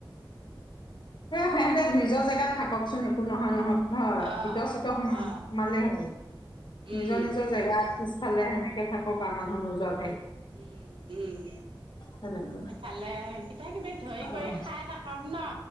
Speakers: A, on the left (about 65°); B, on the right (about 85°).
A: হে নিজৰ
B: তাকে
A: জেগাত থাককচোন একো নহয় নহয়! হয়,
B: অ',
A: বিত চিত সো সোমালেই
B: অ'।
A: হ'ল,
B: উম,
A: নিজৰ নিজৰ জেগাত
B: সেইটো
A: পিছফালে সেনেকে থাকক আমাক <unintelligible>
B: উম উম,
A: তেনেকুৱা
B: সেফালে কিবা কিবি ধৰি
A: অ,
B: কৰি খাই থাকক ন।